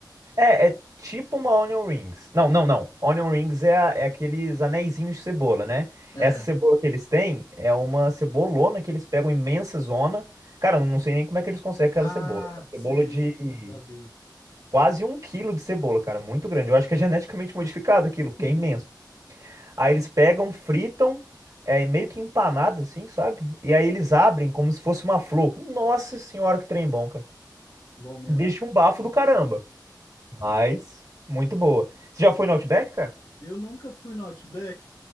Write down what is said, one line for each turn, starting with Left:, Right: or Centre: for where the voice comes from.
Right: É, é tipo uma onion rings. Não, não, não. Onion rings é, a- é aqueles aneizinhos de cebola, né?
Left: É.
Right: Essa cebola que eles têm é uma cebolona que eles pegam imensa zona. Cara, eu não sei nem como é que eles conseguem aquela
Left: Ah,
Right: cebola.
Left: sei,
Right: Cebola de
Left: eu já vi.
Right: Quase um quilo de cebola, cara, muito grande. Eu acho que é geneticamente modificado aquilo, porque
Left: <laughs>
Right: é imenso. Aí eles pegam, fritam, é meio que empanado assim, sabe? E aí eles abrem como se fosse uma flor. Nossa senhora, que trem bom, cara.
Left: Bom mesmo.
Right: Deixa um bafo do caramba, mas muito boa. Você já foi no Outback, cara?
Left: Eu nunca fui no Outback.